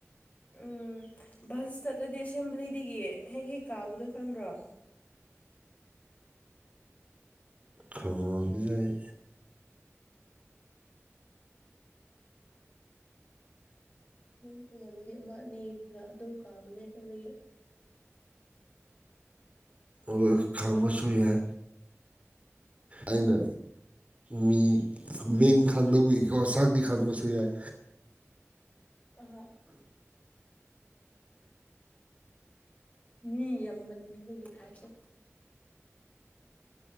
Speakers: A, on the left; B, on the right.
A: ꯎꯝ ꯚꯜꯁꯇꯠꯂꯗꯤ ꯑꯦꯁꯦꯝꯕ꯭ꯂꯤꯗꯤꯒꯤ ꯍꯦꯛ ꯍꯦꯛ ꯀꯥꯕꯗꯣ ꯈꯪꯗ꯭ꯔꯣ
B: ꯈꯧꯉꯧꯖꯩ
A: ꯅꯝ ꯏꯃꯥꯟꯅꯕꯤ ꯑꯃ ꯑꯅꯤꯒ ꯑꯗꯨꯝ ꯀꯥꯕꯅꯦ ꯑꯗꯨꯒꯤ
B: ꯑꯧꯒ ꯈꯪꯕꯁꯨ ꯌꯥꯏ ꯑꯩꯅ ꯃꯤ ꯃꯤꯡ ꯈꯥꯡꯗꯕꯒꯤꯀꯣ ꯁꯥꯛꯇꯤ ꯈꯥꯡꯕꯁꯨ ꯌꯥꯏ
A: ꯑꯍ ꯃꯤ ꯌꯥꯝꯃꯟꯕꯒꯤ ꯍꯥꯢꯞꯁꯦ